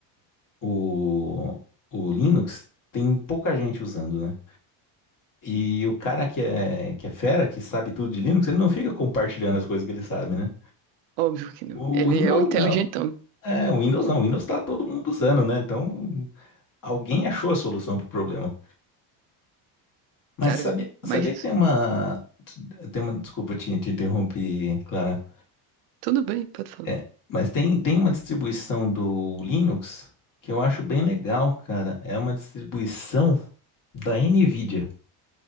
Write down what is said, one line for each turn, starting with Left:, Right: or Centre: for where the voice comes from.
Left: o, o Linux tem pouca gente usando, né? E o cara que é, que é fera, que sabe tudo de Linux, ele não fica compartilhando as coisas que ele sabe, né?
Right: Óbvio que não.
Left: O
Right: Ele
Left: Windows
Right: é o inteligentão,
Left: não. É, o Windows não. O Windows tá todo mundo usando, né? Então, alguém achou a solução pro problema. Mas
Right: cara,
Left: sabia,
Right: mas
Left: sabia que tem uma. Tem uma. Desculpa, te, te interrompi, Clara.
Right: tudo bem, pode falar.
Left: É, mas tem, tem uma distribuição do Linux que eu acho bem legal, cara. É uma distribuição da NVIDIA.